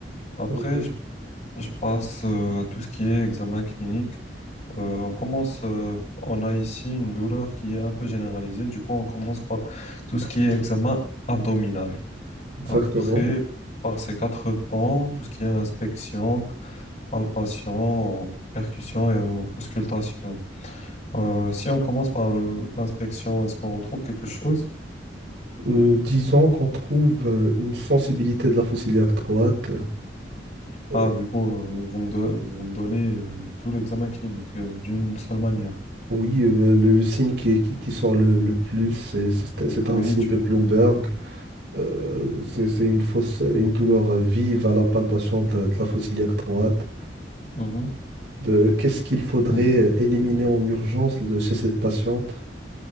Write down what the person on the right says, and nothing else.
mhm,
Exactement.
Euh, disons qu'on trouve euh, une sensibilité de la fossile droite. Euh,
oui, euh, le, le signe qui, est- qui, qui sort le, le plus, c'est c'est- c'est
un signe
de
Bloomberg. Euh, c'est c'est une fausse, une douleur euh, vive à la palpation de, de la fossile droite.
De- Qu'est-ce qu'il faudrait
euh, éliminer en urgence de- chez cette patiente?